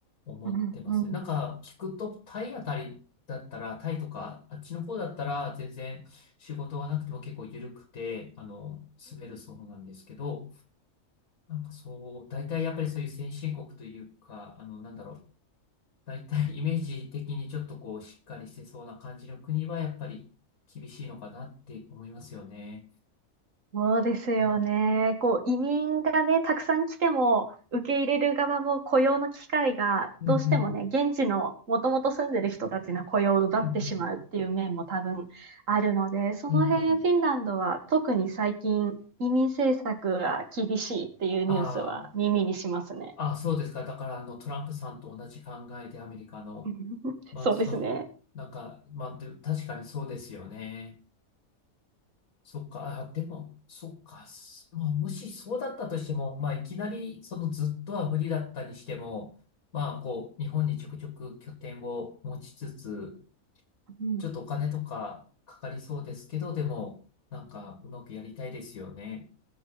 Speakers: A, on the left; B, on the right.
A: 思ってますね。
B: うんうん。
A: なんか聞くと、タイあたりだったら、タイとか、あっちの方だったら、全然仕事がなくても結構緩くて、あの、住めるそうなんですけど、なんかそう、大体やっぱりそういう先進国というか、あの、なんだろう、大体イメージ的にちょっとこう、しっかりしてそうな感じの国は、やっぱり厳しいのかなって思いますよね。
B: そうですよね。
A: うん、
B: こう、移民がね、たくさん来ても、受け入れる側も雇用の機会が、
A: うん、
B: どうしてもね、
A: うん、
B: 現地のもともと住んでる人たちの雇用を奪ってしまうっていう面も多分あるので、
A: うん、うん、
B: その辺フィンランドは特に最近移民政策が厳しいっていうニュースは耳にしますね。
A: うん。うんあーあ、そうですか。だから、あの、トランプさんと同じ考えで、アメリカの。
B: <laughs>
A: まあ、
B: そうですね。
A: その、なんか、まあ、でも確かにそうですよね。そっか、あ、でも、そっか、すまあ、もしそうだったとしても、まあ、いきなり、そのずっとは無理だったにしても、まあ、こう、日本にちょくちょく拠点を持ちつつ、
B: うん
A: ちょっとお金とかかかりそうですけど、でも、なんか、うまくやりたいですよね。